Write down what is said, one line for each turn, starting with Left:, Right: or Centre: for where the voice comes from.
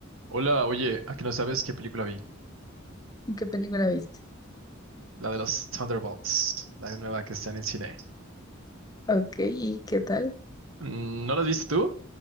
Right: Hola, oye, ¿a que no sabes qué película vi?
Left: ¿Qué película viste?
Right: La de los Thunderbolts, la nueva que está en el cine.
Left: Ok, ¿y qué tal?
Right: Mm, ¿No la viste tú?